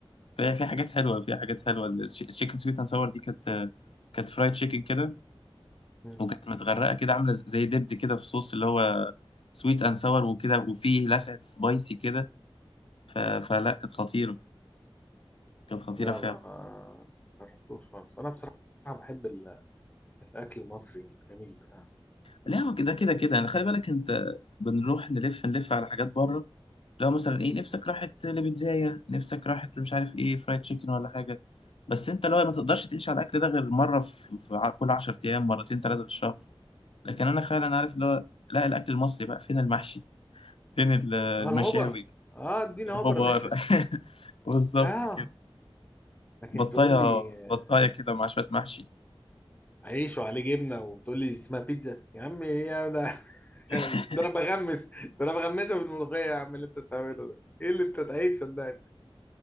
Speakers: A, on the left; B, on the left.
A: فهي في حاجات حلوة في حاجات حلوة التشيكن سويت اند ساور دي كانت آه، كانت فرايد تشيكن كده
B: مم.
A: وكانت متغرقة كده عاملة زي دبد كده في صوص اللي هو سويت اند ساور وكده وفيه لسعة سبايسي كده ف- فلا كانت خطيرة كانت خطيرة
B: لا
A: فعلا
B: ما جربتوش خالص انا بصراحه بحب ال- الاكل المصري الجميل بتاعنا
A: لا هو كده كده كده يعني خلي بالك انت بنروح نلف نلف على حاجات بره لو مثلا ايه نفسك راحت لبيتزاية نفسك راحت مش عارف ايه فرايد تشيكن ولا حاجة بس انت لو ما تقدرش تعيش على الاكل ده غير مرة في, في ع- كل 10 ايام مرتين ثلاثة في الشهر لكن انا فعلا عارف اللي هو لا الاكل المصري بقى فين المحشي فين ال- المشاوي
B: اه الهوبر اه اديني
A: الخضار
B: هوبر يا باشا
A: <laughs> بالظبط
B: اه
A: كده
B: لكن
A: بطاية
B: تقول لي آه،
A: بطاية كده مع شوية محشي
B: عيش وعليه جبنه وتقول لي اسمها بيتزا يا عم ايه يا ده <laughs>
A: <laughs>
B: ده انا بغمس ده انا بغمسها بالملوخيه يا عم اللي انت بتعمله ده ايه اللي انت تعيب صدقني